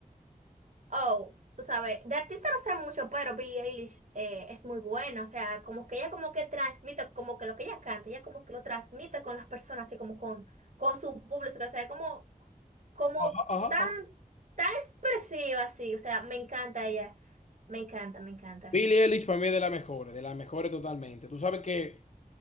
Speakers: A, on the right; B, on the left.
A: Oh, tú sabes, de artista no sé mucho, pero Billie Eilish eh, es muy buena. O sea, como que ella como que transmite, como que lo que ella canta, ella como que lo transmite con las personas, así como con, con su público. O sea, como, como
B: Ajá, ajá,
A: tan,
B: ajá.
A: tan expresiva, así. O sea, me encanta ella. Me encanta, me encanta.
B: Billie Eilish para mí es de las mejores, de las mejores totalmente. Tú sabes que